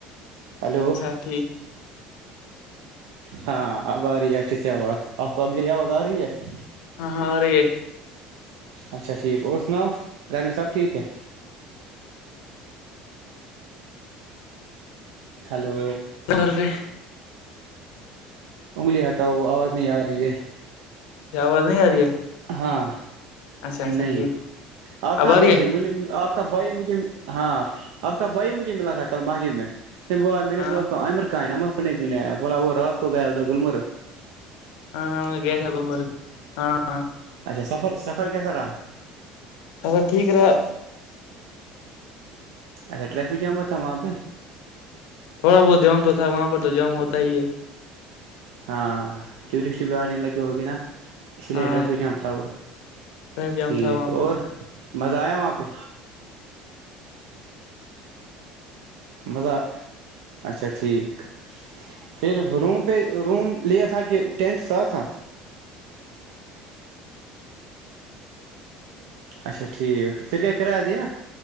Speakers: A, on the right (about 80°); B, on the left (about 80°).
A: ہلو
B: اچھا ٹھیک
A: ہاں آباری چ سے آواز <unintelligible> کبیریا وگا رہی ہے <unintelligible>
B: ہاں ہاں ا رہے
A: اچھا ٹھیک اور سناؤ گرمی سب ٹھیک ہے ہلو
B: کرھرو <unintelligible>
A: انگلی ہٹاؤو آواز نہیں آ رہی ہے
B: آواز نہیں آ رہی ہے
A: ہاں
B: اچھا اچھا
A: نہیں
B: ٹھیک
A: آپ کہاں
B: اب آ
A: گئے
B: رہی
A: تھے
B: ہے
A: مجھے آپ <unintelligible> آ کا بھائی مجھے ہاں آپ کا بھائی مجھے ملا تھا کل مسجد میں <unintelligible> اس ب
B: ہاں
A: ب عمر کایں نم <unintelligible> سنے کیوں نہیں آیا بولا وہ راز کو گیا ادھر گمرگ <unintelligible>
B: ہاں ہاں میں گئے تھا گلمرگ ہاں
A: اچھا سفر سفر کیسا رہا
B: تب ٹھیک رہا <unintelligible>
A: اچھا ٹریفک جام تھا وہاں پہ <unintelligible>
B: تھوڑا بہت جام تو تھا وہاں پر تو جام ہوتا ہی ہے
A: ہاں ٹورسٹ بھی آانی لگ ہوگے نا اس لیے
B: ہاں
A: ٹریفک جیام تھو
B: ٹریفک جام
A: ٹھیک
B: تھا وہاں پر
A: اور مزہ آیا وہاں پہ ملب اچھا ٹھیک پھر روم پہ روم لیا تھا کہ ٹینٹ صاف تھا اچھا ٹھیک پھر کیا کیا کرایہ دیا